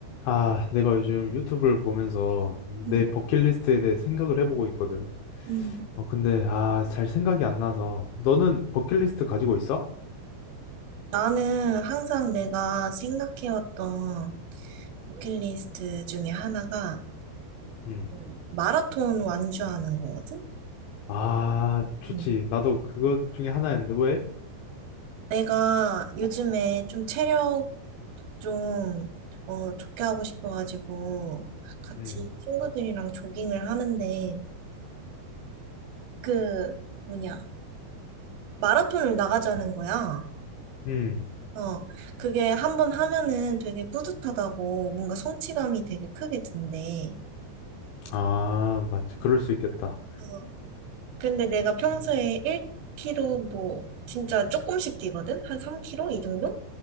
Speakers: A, on the left; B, on the right.
A: 아, 내가 요즘 유튜브를 보면서
B: 음,
A: 내 버킷리스트에 대해 생각을 해보고 있거든.
B: 음.
A: 어, 근데, 아, 잘 생각이 안 나서. 너는 버킷리스트 가지고 있어?
B: 나는 항상 내가 생각해왔던 버킷리스트 중에 하나가
A: 음.
B: 음, 마라톤 완주하는 거거든?
A: 아, 좋지.
B: 음.
A: 나도 그것 중에 하나였는데, 왜?
B: 내가 요즘에 좀 체력 좀, 어, 좋게 하고 싶어가지고 같이
A: 음,
B: 친구들이랑 조깅을 하는데 그, 뭐냐, 마라톤을 나가자는 거야.
A: 음.
B: 어, 그게 한번 하면은 되게 뿌듯하다고 뭔가 성취감이 되게 크게 든대.
A: 아, 맞지. 그럴 수 있겠다.
B: 어, 근데 내가 평소에 1km 뭐 진짜 조금씩 뛰거든? 한 3km 이 정도?